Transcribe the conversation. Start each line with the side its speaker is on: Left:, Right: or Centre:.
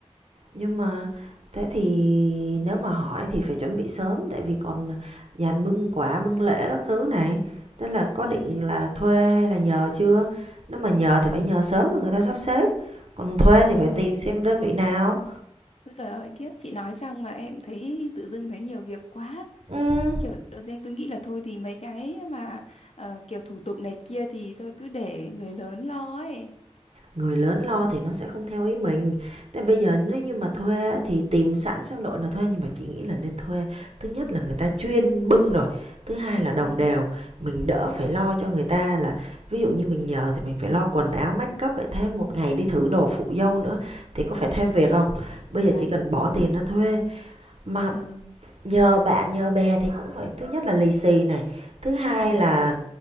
Right: Nhưng mà thế thì nếu mà hỏi thì phải chuẩn bị sớm tại vì còn dàn bưng quả, bưng lễ các thứ này. Thế là có
Left: ừ
Right: định là thuê hay là nhờ chưa? Nếu mà nhờ thì phải nhờ sớm mà người ta sắp xếp. Còn thuê thì phải
Left: ừ
Right: tìm xem đơn vị nào.
Left: Ôi giời ơi kiếp chị nói xong mà em thấy tự dưng thấy nhiều việc quá
Right: Ừ.
Left: kiểu đầu tiên cứ nghĩ là thôi thì mấy cái mà ờ, kiểu thủ tục này kia thì thôi cứ để người lớn lo ấy
Right: Người lớn lo thì nó sẽ không theo ý mình. Thế bây giờ nếu
Left: Ừ.
Right: như mà thuê thì tìm sẵn xem đội nào thuê nhưng mà chị nghĩ là nên thuê. Thứ nhất là người ta chuyên bưng rồi, thứ hai là đồng
Left: ừ
Right: đều, mình đỡ phải lo cho người ta là ví dụ như mình nhờ thì mình phải lo quần áo, make up lại thêm một ngày đi thử đồ phụ dâu nữa thì có phải thêm
Left: ừ
Right: việc không? Bây giờ
Left: đấy
Right: chỉ cần
Left: thôi
Right: bỏ
Left: cũng
Right: tiền ra thuê mà
Left: ừ
Right: Nhờ bạn nhờ bè thì cũng phải thứ nhất là lì xì này, thứ hai
Left: ừ
Right: là